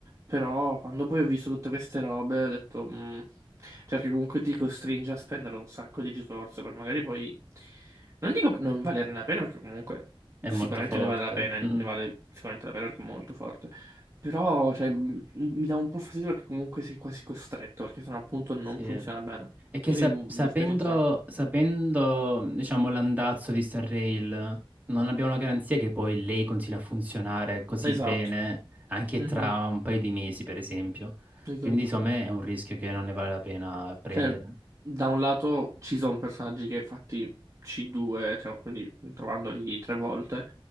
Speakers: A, on the right; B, on the right.
A: Però quando poi ho visto tutte queste robe ho detto, "Mm", cioè che comunque ti costringe a spendere un sacco di risorse per magari poi, non dico per non valerne la pena perché comunque
B: È
A: sicuramente
B: molto forte.
A: ne vale la pena,
B: Mhm,
A: ne vale sicuramente la pena perché è molto forte. Però, cioè, m- mi dà un po' fastidio perché comunque sei quasi costretto, perché sennò appunto non
B: Sì.
A: funziona bene.
B: È che
A: Quindi
B: sa-
A: mm,
B: sapendo,
A: mi dispiace un sacco.
B: sapendo, diciamo, l'andazzo di Star Rail, non abbiamo la garanzia che poi lei continui a funzionare così
A: Esatto.
B: bene anche
A: Mhm.
B: tra un paio di mesi, per esempio.
A: Esatto.
B: Quindi, insomma, è un rischio che non ne vale la pena prendere.
A: Cioè, da un lato ci sono personaggi che fatti C2, cioè, quindi trovandoli tre volte,